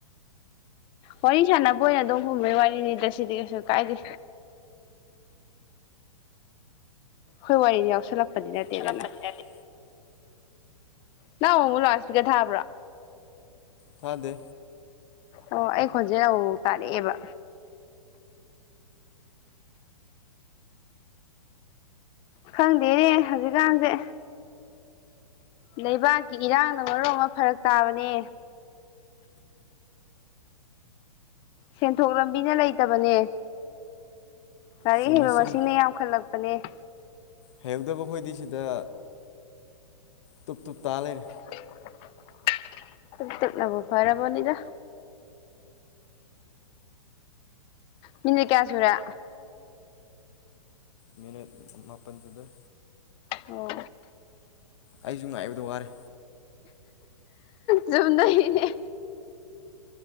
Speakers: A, on the left; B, on the left.
A: ꯋꯥꯔꯤ ꯁꯥꯟꯅꯕ ꯑꯣꯏꯅ ꯑꯗꯨꯝ ꯈꯨꯝꯕꯩ ꯋꯥꯔꯤꯅꯤꯗ ꯁꯤꯗꯤ ꯀꯩꯁꯨ ꯀꯥꯏꯗꯦ ꯍꯣꯏ ꯋꯥꯔꯤ ꯌꯥꯎꯁꯂꯞ ꯄꯗꯤ ꯅꯦꯠꯇꯦꯗꯅ
B: ꯁꯣꯜꯂꯛꯄꯗꯤ ꯅꯠꯇꯦ
A: ꯅ ꯑꯣꯃꯨ ꯂ ꯑꯁ ꯄꯒꯦ ꯊꯥꯄ꯭ꯔ
B: ꯊꯥꯗꯦ
A: ꯑꯣ ꯑꯩ ꯈꯣꯟꯖꯦꯜ ꯑꯃꯐꯥꯎ ꯇꯥꯔꯛꯑꯦꯕ ꯈꯪꯗꯦꯅꯦ ꯍꯧꯖꯤꯛꯀꯥꯟꯁꯦ ꯂꯩꯕꯥꯛꯀꯤ ꯏꯔꯥꯡꯅ ꯃꯔꯣ ꯑꯃ ꯐꯔꯛ ꯇꯥꯕꯅꯦ ꯁꯦꯟꯊꯣꯛ ꯂꯝꯕꯤꯅ ꯂꯩꯇꯕꯅꯦ ꯂꯥꯏꯔꯤꯛ
B: ꯆꯨꯝꯃꯤ
A: ꯍꯕꯕꯥ
B: ꯆꯨꯝꯃꯤ
A: ꯁꯤꯅꯦ ꯌꯥꯜ ꯂꯄ ꯅꯤ
B: ꯍꯩꯍꯧꯗꯕ ꯑꯩꯈꯣꯏꯗꯤ ꯁꯤꯗ ꯇꯨꯞ ꯇꯨꯞ ꯇꯥ ꯂꯩꯦꯔꯦ
A: ꯎ ꯇꯨꯞ ꯇꯨꯞ ꯅꯕꯨ ꯐꯔꯕꯥꯅꯤꯗ ꯃꯤꯟꯅ ꯀꯦꯌꯥ ꯁꯨꯔ
B: ꯃꯤꯅꯠ ꯃꯥꯄꯟ ꯆꯨꯗꯔ
A: ꯑꯣ
B: ꯑꯩꯁꯨ ꯉꯥꯏꯕꯗꯣ ꯋꯥꯔꯦ
A: ꯆꯝꯗꯣꯏꯅꯤ ꯅꯦ